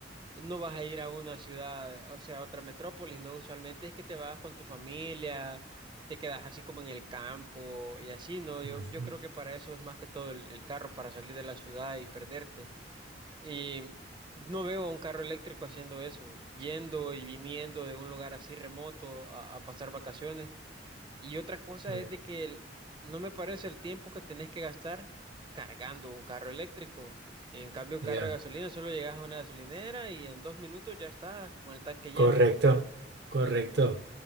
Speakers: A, on the right; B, on the right.
A: No vas a ir a una ciudad, o sea, a otra metrópolis, ¿no? Usualmente es que te vas con tu familia, te quedas así como en el campo y así, ¿no? Yo,
B: Ujú,
A: yo creo que para eso es más que todo el, el carro, para salir de la ciudad y perderte. Y no veo a un carro eléctrico haciendo eso, yendo y viniendo de un lugar así remoto a, a pasar vacaciones. Y otra cosa
B: Ya,
A: es de que el- no me parece el tiempo que tenés que gastar cargando un carro eléctrico. En cambio, un
B: ya.
A: carro de gasolina solo llegas a una gasolinera y en dos minutos ya está con el tanque
B: Correcto,
A: lleno.
B: correcto.